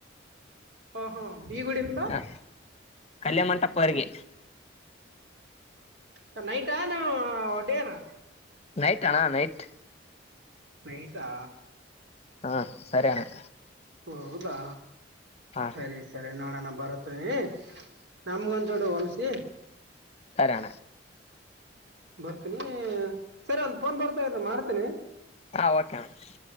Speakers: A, on the right (about 65°); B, on the left (about 35°).
A: ಹಾಂ ಹಾಂ ಬಿ ಗುಡಿಯಿಂದ
B: ಯಾ ಕಲ್ಯಾಣಮಂಟಪ ವರೆಗೆ.
A: ಸರ್ ನೈಟ್ ಏನ್ ಡೇನಾ?
B: ನೈಟ್ ಅಣ್ಣ ನೈಟ್
A: ನೈಟಾ
B: ಹಾ ಸರಿ ಅಣ್ಣ.
A: ಓ ಹೌದಾ
B: ಹಾ
A: ಸರಿ ಸರಿ ನೋಡೋಣ ಬರುತ್ತಿವಿ. ನಮ್ಮಗ ಒಂದ್ ಜೋಡ ಹೋಲಿಸಿ,
B: ಹರಾ
A: ಬರ್ತೀನಿ ಸರ್ ಒಂದ ಫೋನ್ ಬರ್ತಾ ಇದ್ದ ಮಾಡ್ತೇನಿ.
B: ಹಾ ಓಕೆ. <inaudible>